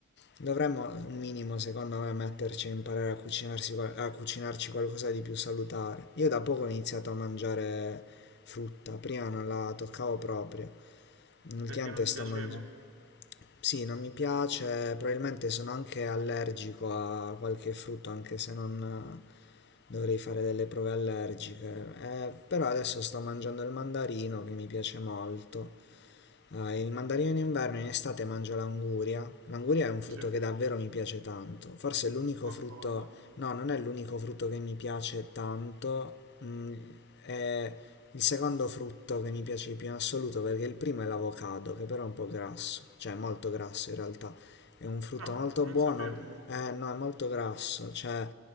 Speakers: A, on the left; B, on the right.
A: Dovremmo un minimo, secondo me, metterci a imparare a, cucinarsi qual- a cucinarci qualcosa di più salutare. Io da poco ho iniziato a mangiare frutta, prima non la toccavo proprio. Ultimamente
B: perché non ti
A: sto
B: piaceva?
A: mangiando. Sì, non mi piace, probabilmente sono anche allergico a qualche frutto, anche se non eh, dovrei fare delle prove allergiche. Eh, però adesso sto mangiando il mandarino che mi piace molto. Ah, il mandarino in inverno e in estate mangio l'anguria. L'anguria è un frutto
B: Sì,
A: che davvero mi piace tanto. Forse è l'unico
B: concordo.
A: frutto, no, non è l'unico frutto che mi piace tanto, mm, è il secondo frutto che mi piace di più in assoluto perché il primo è l'avocado, che però è un po' grasso, cioè è molto grasso in realtà. È un frutto
B: No,
A: molto
B: non
A: buono,
B: sapevo,
A: eh no, è molto grasso, cioè